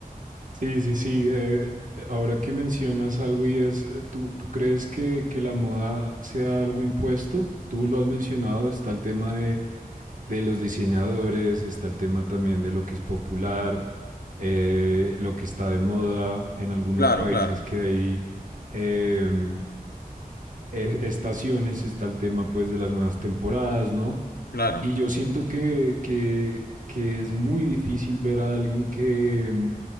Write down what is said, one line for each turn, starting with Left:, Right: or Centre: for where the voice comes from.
Right: Sí, sí, sí. eh, ahora que mencionas algo y es, eh, ¿tú, tú crees que, que la moda sea algo impuesto? Tú lo has mencionado, está el tema de, de los diseñadores, está el tema también de lo que es popular, eh, lo que está de moda en algunos
Left: Claro,
Right: países
Left: claro,
Right: que hay em, e- estaciones, está el tema pues de las nuevas temporadas, ¿no?
Left: claro.
Right: Y yo siento que, que, que es muy difícil ver a alguien que, mm,